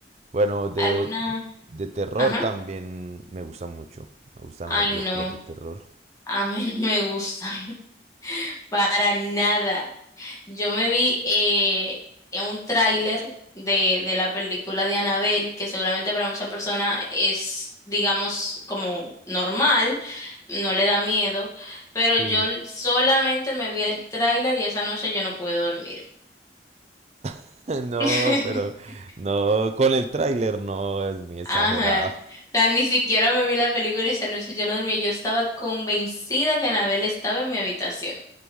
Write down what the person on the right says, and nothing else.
Bueno, de,
de terror
también me gusta mucho. Me gustan
las películas
de terror.
Sí.
<laughs> No,
pero no, con el tráiler no es muy exagerado.